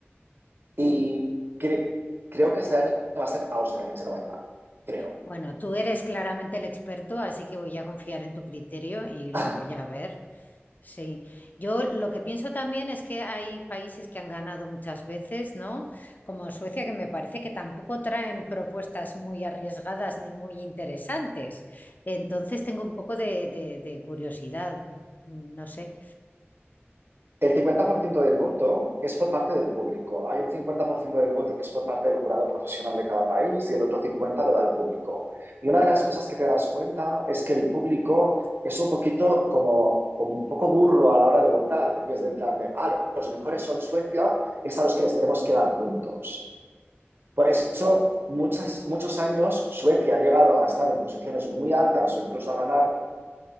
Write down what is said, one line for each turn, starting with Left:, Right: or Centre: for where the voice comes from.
Right: Y cre- creo que este año va a ser Austria quien se lo va a llevar, creo.
Left: Bueno, tú eres claramente el experto, así que voy a confiar en tu criterio y lo
Right: <laughs>
Left: voy a ver. Sí, yo lo que pienso también es que hay países que han ganado muchas veces, ¿no? Como Suecia, que me parece que tampoco traen propuestas muy arriesgadas ni muy interesantes. Entonces tengo un poco de, de- de curiosidad, no sé,
Right: El 50% del voto es por parte del público. Hay un 50% del voto que es por parte del jurado profesional de cada país y el otro 50% lo da el público. Y una de las cosas que te das cuenta es que el público es un poquito como, como un poco burro a la hora de votar y es del plan de, ah, los mejores son Suecia, es a los que les tenemos que dar puntos. Por eso, muchas, muchos años Suecia ha llegado a estar en posiciones muy altas o incluso a ganar